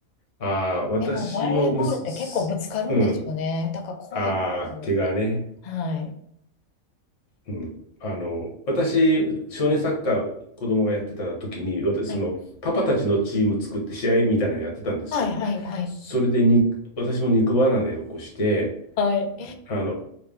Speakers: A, on the left; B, on the left.
A: う。ああ、私もむす、
B: でもバレーボールって結構ぶつかるんですよね。
A: すうん。
B: だから怖いと思って。
A: ああ、怪我ね。
B: はい。
A: うん。あの、私、少年サッカー、子供がやってた時に、私、
B: はい、
A: その、パパたちのチーム作って試合みたいなのやってたんですよ。
B: はい、はい、はい。
A: それでに、私も肉離れを起こして、
B: はい
A: あの、